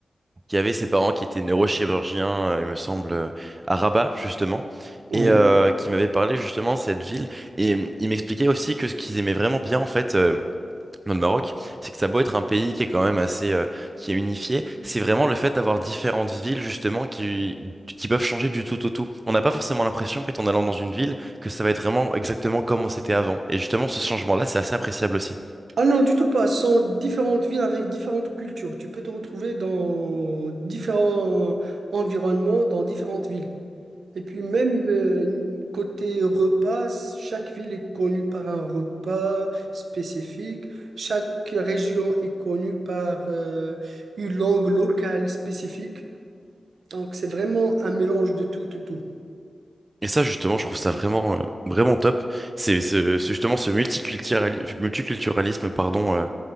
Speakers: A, on the right; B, on the right.
A: qui avait ses parents qui étaient neurochirurgiens, euh, il me semble, euh, à Rabat, justement,
B: Oui.
A: et euh, qui m'avait parlé justement de cette ville. Et euh, il m'expliquait aussi que ce qu'ils aimaient vraiment bien, en fait, euh, dans le Maroc, c'est que ça a beau être un pays qui est quand même assez, euh, qui est unifié, c'est vraiment le fait d'avoir différentes villes, justement, qui, qui peuvent changer du tout au tout. On n'a pas forcément l'impression, en fait, en allant dans une ville, que ça va être vraiment exactement comme on s'était avant. Et justement, ce changement-là, c'est assez appréciable aussi.
B: Ah non, du tout pas. Ce sont différentes villes avec différentes cultures. Tu peux te retrouver dans différents environnements, dans différentes villes. Et puis même euh, côté repas, chaque ville est connue par un repas spécifique, chaque région est connue par euh, une langue locale spécifique. Donc c'est vraiment un mélange de tout, tout, tout.
A: Et ça, justement, je trouve ça vraiment, euh, vraiment top. C'est ce, ce- justement ce multiculturali- multiculturalisme, pardon, euh,